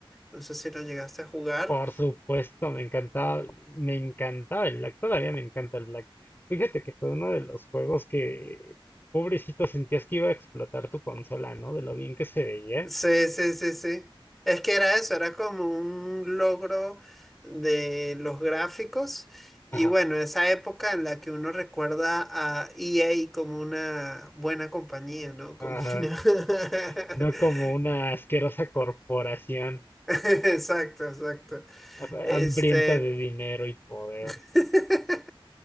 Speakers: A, in the centre; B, on the left (about 25°).
A: no sé si lo llegaste a jugar.
B: Por supuesto, me encantaba, me encantaba el Black, todavía me encanta el Black. Fíjate que fue uno de los juegos que, pobrecito, sentías que iba a explotar tu consola, ¿no? De lo bien que se veía.
A: Sí, sí, sí, sí. Es que era eso, era como un logro de los gráficos y
B: Ajá,
A: bueno, esa época en la que uno recuerda a EA como una buena compañía, ¿no? Como
B: ajá.
A: una...
B: No
A: <laughs>
B: como una asquerosa corporación
A: Exacto, exacto.
B: ha-
A: Este,
B: hambrienta de dinero y poder.
A: <laughs>